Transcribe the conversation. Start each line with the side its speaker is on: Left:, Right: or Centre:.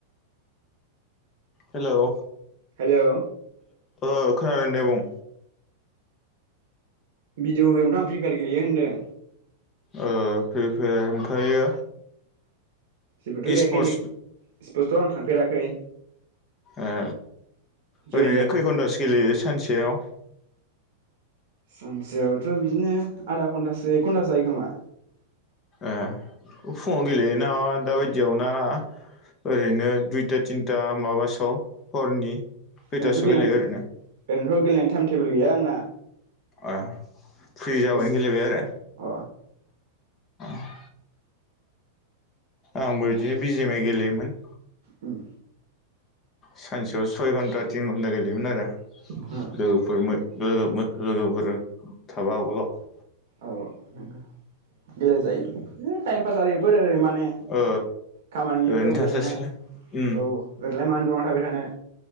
Left: हेलौ
Right: हेलौ
Left: ओ खोनादों दे बुं
Right: भिडिअ गेमथ आं प्रिपायार गेलेयो होनदों
Left: ओ प्रिफायार ओमफ्रायो
Right: जेबोथ
Left: इस्पर्टस
Right: गैया केन्दि स्पस्थखौथ आं थांफेराखै
Left: ए
Right: जयेन
Left: ओरैनो
Right: जायाखै
Left: खै खन्थासो गेलेयो सानस सेयाव
Right: सानसेयावथ बिदिनो आधा घन्टासो एक घन्टासो जायो खोमा
Left: एह फुङाव गेलेयोना दाबायदियावना ओरैनो दुइथा थिनथा माबा सोआव हरनि खैयथासोआव
Right: ओरैनोथ' गेलेनाय
Left: गेलेयो ओरैनो
Right: ओरैनोथ गेलेनायनि टाइम टेबोल गैया आंना
Left: ए फ्रि जाबानो
Right: गेस
Left: गेलेबाय आरो
Right: अ
Left: <inaudible> आंबो इदिनो बिजिमाइ गेलेयोमोन
Right: उम
Left: सानसेयाव सय घन्टा तिन घन्टा गेलेयोमोन आरो
Right: औ
Left: लोगोफोर मो लोगोमोन लोगोफोरजो थाबा आगोलाव
Right: औ नंगौ गेले जायो टाइम पास आरो बेफोर ओरै माने
Left: ओ
Right: खामानि गैयिफोराव
Left: ओरैनो
Right: गेलेनाय
Left: थास्लायस्लाय
Right: औ
Left: उम
Right: ओरैलाय मानो जना थाबाय थानायानो